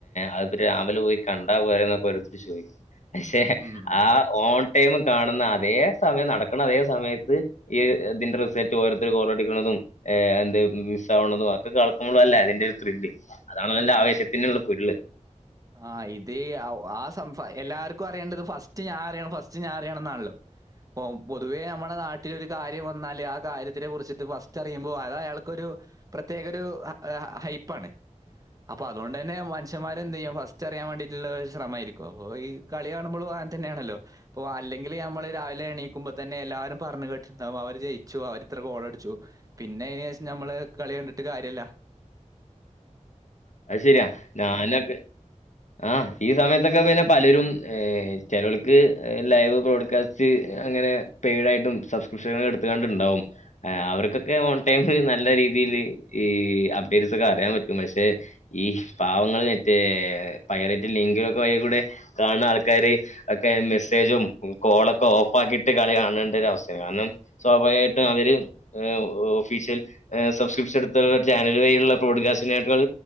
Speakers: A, on the left; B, on the right.
A: അത് രാവിലെ പോയി കണ്ടാ പോര എന്നൊക്കെ ഓരോത്തർ ചോദിക്കുന്നു പക്ഷെ
B: ഉം.
A: ആ ഓൺ ടൈം കാണുന്ന അതേ സമയം നടക്കണം അതേ സമയത്ത് ഈ തിന്റെ റിസൽറ്റ് ഓരോത്തര് ഗോളടിക്കുന്നതും ഏ എന്തെ മിസാവ്ണതും ഒക്ക കളക്കുമ്പളല്ലെ അതിന്റെ ഒരു ത്രില്ല് അതാണ് നല്ല ആവേശത്തിനുള്ള പൊരുള്
B: ആ ഇതി ആ ഒ ആ സംഫ എല്ലാര്ക്കു അറിയണ്ടത് ഫസ്റ്റ് ഞാ അറിയണം ഫസ്റ്റ് ഞാ അറിയണം ന്നാണല്ലൊ പ്പൊം പൊതുവേ നമ്മളെ നാട്ടിലൊര് കാര്യം വന്നാല് ആ കാര്യത്തിനെ കുറിച്ചിട്ട് ഫസ്‌റ്ററിയുമ്പൊ അതയാൾക്കൊരു പ്രത്യേകൊരു അ അ ഹൈപ്പാണ് അപ്പതോണ്ടെന്നെ മനുഷ്യമാരെന്തെയ്യും ഫ സ്റ്റ്റിയാം വേണ്ടിട്ടുള്ള ഒരു ശ്രമായിരിക്കു അപ്പോ ഈ കളി കാണുമ്പളു അങ്ങൻ തന്നയാണല്ലൊ പ്പൊ അല്ലെങ്കില് ഞമ്മള് രാവിലേണീക്കുമ്പ തന്നെ എല്ലാരും പറഞ്ഞ് കേട്ട്ണ്ടാവു അവര് ജയിച്ചു അവരിത്ര ഗോളടിച്ചു പിന്നയിനേഷം ഞമ്മള് ക്കളി കണ്ട്ട്ട് കാര്യല്ല
A: അത് ശെരിയാ ഞാനൊക്കെ ആ ഈ സമയത്തൊക്കെ പിന്നെ പലരും ചിലവൾക്ക് ലൈവ് ബ്രോഡ്കാസ്റ്റ് തി അങ്ങനെ പെയ്ഡായിട്ടും സബ്സ്ക്രിപ്ഷന എട്ത്ത് കാണ്ട്ണ്ടാകും ആ അവര്ക്കൊക്കെ ഓൺ ടൈം ഫ്രീ നല്ല രീതില് ഈ അപ്ഡേറ്റ്സ് ഒക്ക അറിയാം പറ്റും പക്ഷേ ഈ പാവങ്ങള് മറ്റേ പൈവറ്റ് ലിങ്കിലൊക്ക വൈ കൂടെ കാണ്ന്നാൾക്കാാര് ഒക്കെ മെസ്സേജും ഉം കോളൊക്ക ഓഫാക്കിട്ട് കളി കാണണ്ടരവസ്ഥ കാനം സ്വാഭാവികായിട്ടു അവര് ഏ ഒ ഒഫീഷ്യൽ ഏ സബ്സ്ക്രിപ്ഷടുത്ത ചാനൽ വഴിള്ള പ്രോഡ്കാസ്റ്റിനേക്കാൾ